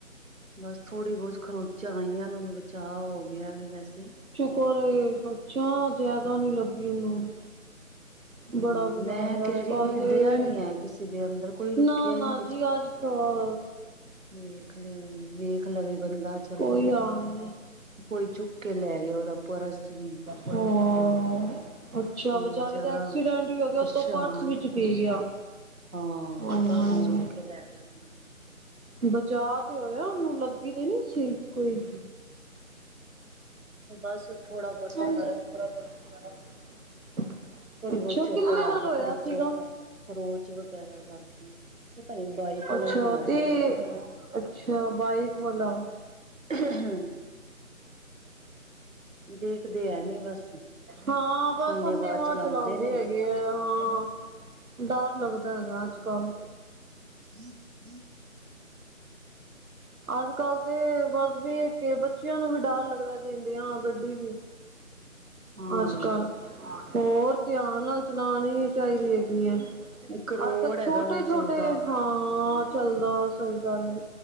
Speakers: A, on the right; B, on the right.
A: ਬਸ ਥੋੜੀ ਬੋਤ ਖਰੋਚਾਂ ਆਈਆਂ ਉਹਨੂੰ ਬਚਾਅ ਹੋ ਗਿਆ ਵੈ ਵੈਸੇ।
B: ਪਰ, ਹਛਾਂ ਜ਼ਾਦਾ ਨੀ ਲੱਗੀ ਉਹਨੂੰ।
A: <inaudible> ਹੁੰ,
B: ਬੜਾ ਬੁਰਾ
A: ਮੈਂ
B: ਹਾਲ ਏ
A: ਕੇਹ
B: ਅੱਜ
A: ਰੀ
B: ਕੱਲ
A: ਬਈ
B: ਤੇ
A: ਦਯਾ ਨੀ ਹੈ ਕਿਸੇ ਦੇ ਅੰਦਰ, ਕੋਈ ਰੁਕਿਆ
B: ਨਾ ਨਾ
A: ਈ ਨੀ
B: ਜੀ, ਅੱਜ ਕਲ
A: ਵੇਖ ਲ, ਵੇਖ ਲਵੇ ਬੰਦਾ ਚੱਲ
B: ਕੋਈ ਹਾਲ ਨੀ।
A: ਕੋਈ ਚੁੱਕ ਕੇ ਲੈ ਗਿਆ ਉਹਦਾ ਪਰਸ ਵੀ।
B: ਹੋ ਓ। ਅੱਛਾ
A: ਵਿਚਾਰਾ
B: ਵਿਚਾਰੇ ਦਾ ਐਕਸੀਡੈਂਟ ਵੀ ਹੋ ਗਿਆ
A: ਪਰੇਸ਼ਾਨ
B: ਉਤੋਂ ਪਰਸ ਵੀ ਚੁਕੀ ਗਿਆ।
A: ਹਾਂ,
B: ਹਾਏ
A: ਪਰਸ
B: ਹਾਏ
A: ਚੁੱਕ ਕੇ ਲੈ ਗਆ <unintelligible>
B: ਬਚਾਅ ਤੇ ਹੋਇਆ ਉਹਨੂੰ, ਲੱਗੀ ਤੇ ਨੀ ਸੀ ਕੋਈ।
A: ਬਸ। ਥੋੜਾ
B: <unintelligible>
A: ਬਹੁਤ ਹੀ ਫ਼ਰਕ ਥੋੜੀ
B: ਅੱਛਾ
A: ਬੋਤ ਚੋਟਾ
B: ਕਿੰਨੇ
A: ਲੱਗ
B: ਨਾਲ
A: ਗਿਆ।
B: ਹੋਇਆ
A: ਖਰੀਚਾ
B: ਸੀਗਾ
A: ਵੀ ਪਈਆ, ਖਰੋਚ ਵਗੈਰਾ ਲੱਗ ਗਈਏ। ਪਤਾ ਨੀ ਬਾਈਕ ਆਲਾ
B: ਅੱਛਾ
A: ਈ ਮਾਰ
B: ਤੇ
A: ਗਿਆ ਸੀ।
B: ਅੱਛਾ, ਬਾਈਕ ਵਾਲਾ।
A: <unintelligible> ਦੇਖਦੇ ਹੈ ਨੀ ਬਸ
B: ਹਾਂ, ਬਸ
A: ਅੰਨੇਵਾਹ
B: ਅਨੇ ਵਾ
A: ਚਲਾਉਂਦੇ
B: ਚਲਾਂੜੇ
A: ਨੇ
B: ਹੈਗੇ ਐ। ਹਾਂ, ਡਰ ਲੱਗਦਾ ਹੈਗਾ ਅੱਜ ਕੱਲ।
A: <inaudible>
B: ਅੱਜ ਕੱਲ ਤੇ, ਬਸ ਵੇਖ ਕੇ ਬੱਚਿਆਂ ਨੂੰ ਵੀ ਡਰ ਲੱਗਦਾ ਐ ਦੇਂਨਦੇਆਂ ਗੱਡੀ ਵੀ।
A: ਹਾਂ
B: ਅੱਜ ਕੱਲ, ਹੋਰ ਧਿਆਨ ਨਾਲ ਚਲਾਨੀ ਵੀ ਚਾਹੀਦੀ ਹੈ ਗੀ ਐ।
A: ਇੱਕ ਰੋਡ
B: ਅੱਜ ਕੱਲ,
A: ਹੈਗਾ
B: ਛੋਟੇ-ਛੋਟੇ,
A: ਵੇ ਚਲਦਾ
B: ਹਾਂ ਚੱਲਦਾ ਸਹੀ ਗੱਲ ਐ।